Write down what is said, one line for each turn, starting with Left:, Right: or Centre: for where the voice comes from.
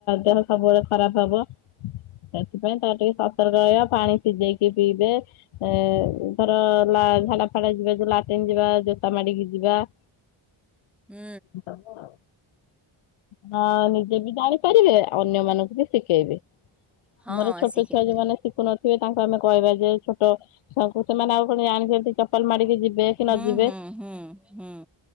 Left: ଦେହ ସବୁବେଳେ ଖରାପ ହବ। ସେଥିପାଇଁ ତାପର ଟିକେ ସତର୍କ ରହିବ ପାଣି ସିଝେଇକି ପିଇବେ। ଏ ଧର ଲା ଝାଡା ଫାଡା ଯିବା ଯ ଲାଟିନ ଯିବା ଜୋତା ମାଡିକି ଯିବା। <inaudible>
Centre: ହୁଁ।
Left: ସବୁ ଆଉ ହଁ ନିଜେ ବି ଜାଣିପାରିବେ ଅନ୍ୟ ମାନଙ୍କୁ ବି ଶିଖେଇବେ।
Centre: ହଁ
Left: ଧର ଛୋଟ
Centre: ଶିଖେଇ
Left: ଛୁଆ
Centre: ପାରିବ।
Left: ଯୋଉମାନେ ଶିଖୁନଥିବେ ତାଙ୍କୁ ଆମେ କହିବା ଯେ ଛୋଟ ଛୁଆ ଙ୍କୁ ସେମାନେ ଆଉ କଣ ଜାଣିଛନ୍ତି ଚପଲ ମାଡିକି ଯିବେ କି
Centre: ହୁଁ
Left: ନ ଯିବେ।
Centre: ହୁଁ ହୁଁ। ହୁଁ।